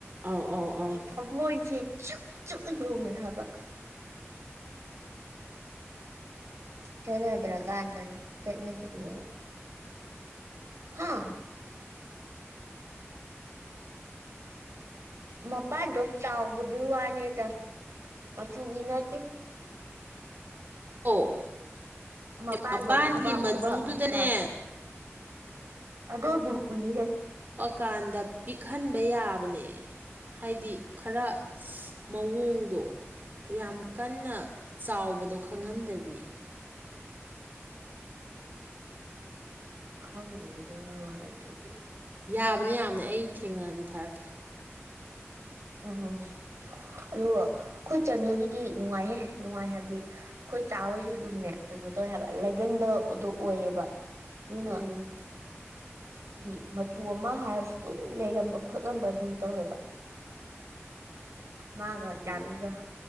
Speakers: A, on the right (about 45°); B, on the right (about 80°).
A: ꯑꯥꯎ ꯑꯥꯎ ꯑꯥꯎ
B: ꯊꯃꯣꯏꯁꯦ ꯆꯨꯞ ꯆꯨꯞꯅ ꯌꯣꯉꯦ ꯍꯥꯏꯕ <unintelligible> ꯆꯗ꯭ꯔ ꯀꯥꯟꯗꯅ ꯆꯉꯗꯔꯤ ꯌꯦꯅ ꯍꯥꯥ ꯃꯄꯥꯟꯗꯣ ꯆꯥꯎꯕꯗꯨ ꯋꯥꯅꯤꯗ ꯃꯆꯨꯒꯤ ꯅꯠꯇꯦ
A: ꯑꯣ
B: ꯃꯄꯥꯟꯗꯣ
A: ꯃꯄꯥꯟꯒꯤ
B: ꯈꯨꯕꯥꯛ
A: ꯃꯆꯨꯗꯨꯗꯅꯦ
B: ꯈꯨꯕꯥꯛꯃꯨꯛ ꯆꯥꯎꯋꯤ ꯑꯗꯣ ꯑꯗꯨꯝ ꯎꯍꯦ
A: ꯀꯥꯟꯗ ꯄꯤꯛꯍꯟꯕ ꯌꯥꯕꯅꯦ ꯍꯥꯏꯗꯤ ꯈꯔ ꯃꯑꯣꯡꯗꯣ ꯌꯥꯝ ꯀꯟꯅ ꯆꯥꯎꯕꯗꯣ ꯈꯪꯍꯟꯗꯕꯤ
B: ꯈꯪꯗꯦꯅꯦꯩꯅ ꯍꯥꯏꯗ꯭ꯔꯗꯤ
A: ꯌꯥꯕꯅ ꯌꯥꯝꯅ ꯑꯩ ꯊꯦꯡꯅꯔꯗꯤ ꯊꯥꯔꯛꯀꯦ
B: ꯎꯝ ꯑꯗꯨꯒ ꯑꯩꯈꯣꯏ ꯆꯟꯍꯣꯏꯒꯤꯗꯤ ꯅꯨꯡꯉꯥꯏꯍꯦ ꯅꯨꯡꯉꯥꯏ ꯍꯥꯏꯕꯗꯤ ꯑꯩꯈꯣꯏ ꯆꯥ ꯍꯣꯏꯁꯨ ꯑꯗꯨꯝꯅꯦ ꯀꯩꯅꯣ ꯇꯧꯋꯦ ꯍꯥꯏꯕ ꯂꯩꯒꯟꯕꯗꯣ ꯑꯣꯏꯌꯦꯕ ꯌꯅ
A: ꯎꯝ
B: ꯍꯥꯏꯗꯤ ꯃꯆꯨ ꯑꯃ ꯍꯥꯏꯔꯁꯨ ꯑꯗꯨꯝ ꯂꯩꯔꯝꯕ ꯈꯣꯠꯂꯝꯕ ꯑꯗꯨꯝ ꯇꯧꯋꯦꯕ <unintelligible> ꯃꯥꯒ
A: ꯍꯣꯏ
B: ꯆꯥꯃꯤꯒ